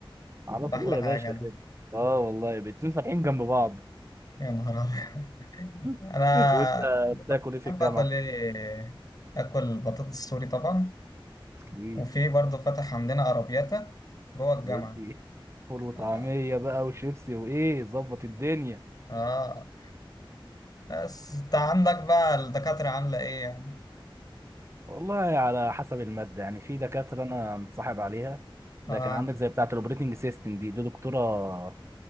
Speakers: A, on the right; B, on the left.
A: على
B: ده
A: طول
B: احلى
A: يا
B: حاجه
A: باشا
B: ده
A: كده اه والله الاتنين فاتحين جنب بعض
B: يا نهار ابيض
A: <laughs>
B: <laughs> انا
A: وانت
B: بحب
A: بتاكل ايه في الجامعه
B: اكل ايه اكل بطاطس سوري طبعا
A: ايه
B: وفي برضه فتح عندنا ارابياتا جوه الجامعه
A: يدي فول وطعميه
B: اه
A: بقى وشيبسي وايه ظبط الدنيا
B: آه. بس انت عندك بقى الدكاترة عاملة ايه يعني
A: والله على حسب الماده يعني في دكاتره انا متصاحب عليها
B: آه
A: لكن عندك زي بتاعه الاوبريتنج سيستم دي دي دكتوره